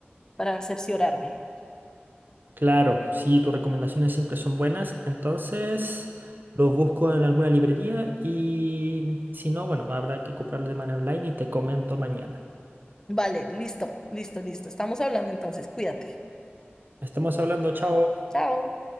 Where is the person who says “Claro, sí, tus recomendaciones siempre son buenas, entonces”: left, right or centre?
Right